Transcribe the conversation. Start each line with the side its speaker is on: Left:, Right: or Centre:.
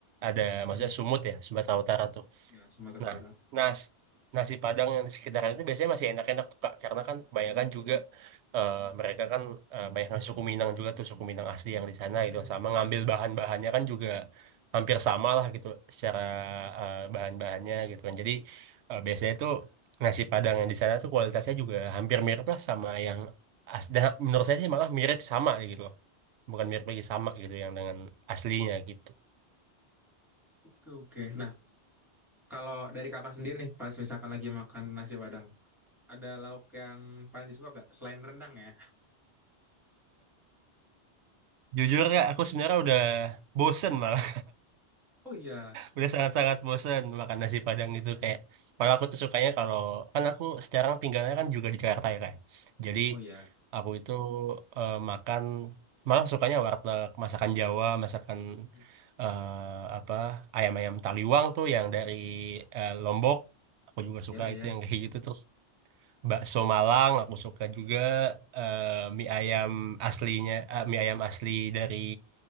Right: ada
Centre: Mhm.
Right: maksudnya Sumut ya, Sumatera Utara tuh.
Centre: Ya, Sumatera
Right: Nah,
Centre: Utara.
Right: nas nasi Padang yang di sekitaran itu biasanya masih enak-enak tuh, Kak. Karena kan kebanyakan juga eh, mereka kan eh, banyak yang suku Minang juga tuh, suku Minang asli yang di sana
Centre: Mhm.
Right: gitu. Sama ngambil bahan-bahannya kan juga hampir sama lah gitu secara eh, bahan-bahannya gitu kan. Jadi eh, biasanya tuh nasi Padang yang di sana tuh kualitasnya juga hampir mirip lah sama yang as- dan menurut saya sih malah mirip sama gitu loh. Bukan mirip lagi sama gitu yang dengan aslinya gitu.
Centre: Oke, oke. Nah, kalau dari kakak sendiri nih, pas misalkan lagi makan nasi Padang, ada lauk yang paling disuka gak? Selain rendang ya?
Right: Jujur ya, aku sebenarnya udah bosen malah
Centre: Oh iya,
Right: udah sangat-sangat bosen makan nasi Padang itu kayak kalau aku tuh sukanya kalau kan aku sekarang tinggalnya kan juga di Jakarta ya kan jadi
Centre: oh iya.
Right: aku itu eh, makan malah sukanya warteg masakan Jawa masakan
Centre: Mhm.
Right: eh, apa ayam-ayam Taliwang tuh yang dari eh, Lombok aku juga
Centre: Ya,
Right: suka
Centre: ya.
Right: itu yang kayak gitu terus bakso Malang aku suka juga eh, mie ayam aslinya eh, mie ayam asli dari